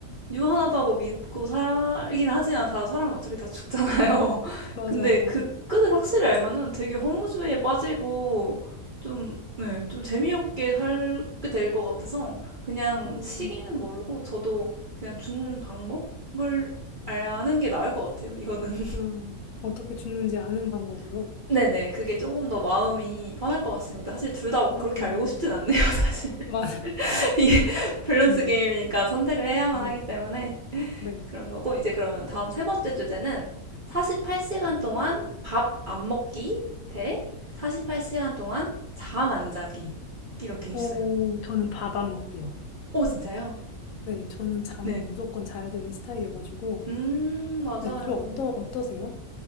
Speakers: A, on the right; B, on the left.
A: 유한하다고 믿고 살긴 하지만 다 사람 어차피 다 죽잖아요. <laughs>
B: 맞아요,
A: 근데
B: 맞아요.
A: 그 끝을 확실히 알면은 되게 허무주의에 빠지고 좀, 네, 좀 재미없게 살게 될 것 같아서 그냥
B: 음,
A: 시기는 모르고 저도 그냥 죽는 방법을 아는 게 나을 것 같아요. 이거는.
B: 음, 어떻게 죽는지 아는 방법으로.
A: <laughs> 네네. 그게 조금 더
B: 네.
A: 마음이 편할 것 같습니다. 사실 둘 다 막
B: 네.
A: 그렇게
B: 음,
A: 알고 싶진 않네요, 사실.
B: 맞,
A: <laughs> 이게 밸런스
B: 음,
A: 게임이니까 선택을 해야만
B: 네,
A: 하기 때문에.
B: 네.
A: 그런 거고, 이제 그러면 다음 세 번째 주제는 48시간 동안 밥 안 먹기 대 48시간 동안 잠 안 자기. 이렇게 있어요.
B: 오, 저는 밥 안 먹기요.
A: 오, 진짜요?
B: 네, 저는 잠
A: 네.
B: 무조건 자야 되는 스타일이어가지고.
A: 음, 맞아요.
B: 네, 좀 어떠, 어떠세요?